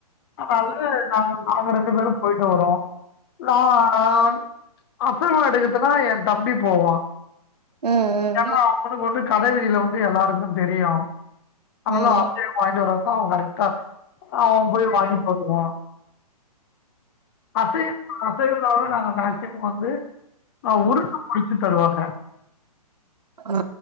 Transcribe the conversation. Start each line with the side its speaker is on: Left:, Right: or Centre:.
Left: அதனால நாங்க நாங்க ரெண்டு பேரு போய்ட்டு வருவோ நா ஆனா அசைவம் எடுக்கதுனா என் தம்பி போவா
Right: ம்
Left: ஏன்னா
Right: ம்
Left: அவனுக்கு வந்து கடவீதில வந்து எல்லாருக்கு தெரியுன் அதனல்லா
Right: ம்
Left: அசைவம் வாங்கிட்டு வர்றதுதா அவன் கரெக்டா அவன் போய் வாங்கிட் வருவான் அசை அசைவன்னால நாங்க மேக்சிமம் வந்து ஆ முருக்கு புழிஞ்சு தருவாங்க
Right: ஆ